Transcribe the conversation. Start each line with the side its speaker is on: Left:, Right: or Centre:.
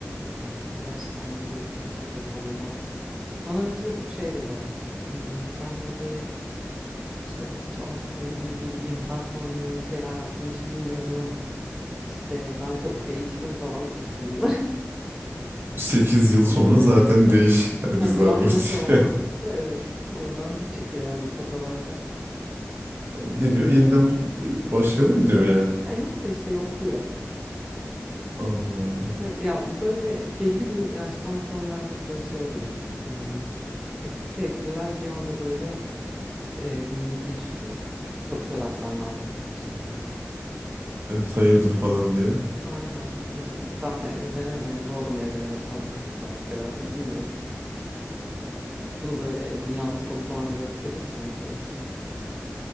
Centre: eee, gerçekten böyle bir 8 yıl sonra falan bana mesaj atıp şey dedi. "Hmm, ben dedi işte hiç artık öyle biri değilim ben sana niye öyle şeyler yaptım hiç bilmiyorum. İşte ben çok değiştim falan bilirsin bunları.
Right: sekiz yıl sonra
Centre: <laughs>
Right: zaten değiş. Hani
Centre: Ay,
Right: biz zahmet.
Centre: zahmet olmazsa
Right: <laughs>
Centre: evet oradan bir çık yani o kafalardan.
Right: Ne
Centre: Hmm.
Right: diyor? Yeniden bu- e, başlayalım mı diyor yani.
Centre: Ya yok da işte yokluyor.
Right: Allah Allah.
Centre: Evet, ya böyle belli bir yaştan sonra artık böyle şey oluyor. Hmm, Eski sevgililer bir anda böyle e, gün yüzüne çıkıyor. Bir bakıyorlar sen ne yapmışsın işte hani.
Right: Evet hayırdır falan diye.
Centre: Aynen hani ben e- evlenemedim acaba o da mı evlenemedi falan kafası artık herhalde bilmiyorum. Bunu böyle dünyanın sonu falan gördükleri için arkadaşlar.